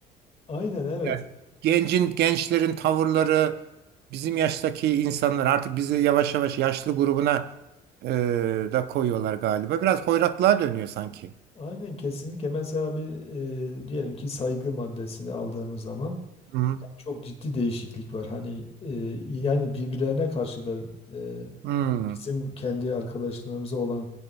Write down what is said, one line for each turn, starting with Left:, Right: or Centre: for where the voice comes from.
Left: Aynen evet.
Right: Yani gencin, gençlerin tavırları bizim yaştaki insanlar artık bizi yavaş yavaş yaşlı grubuna e, da koyuyorlar galiba. Biraz hoyratlığa dönüyor sanki.
Left: Aynen kesinlikle. Mesela bir e, diyelim ki saygı maddesini aldığımız zaman
Right: Hı.
Left: Yani Çok ciddi değişiklik var. Hani e, yani birbirlerine karşı da e,
Right: Hı.
Left: bizim kendi arkadaşlarımıza olan